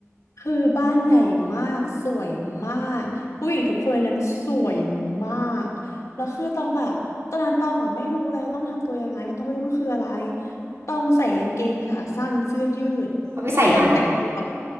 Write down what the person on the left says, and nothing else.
คือบ้านใหญ่มากสวยมากผู้หญิงทุกคนในนั้นสวยมากแล้วคือต้องแบบตอนนั้นต้องอ่ะไม่รู้แล้วต้องทำตัวยังไงเพราะต้องไม่รู้มันคืออะไรต้องใส่กางเกงขาสั้นเสื้อยืดทุกคนแต่งตัว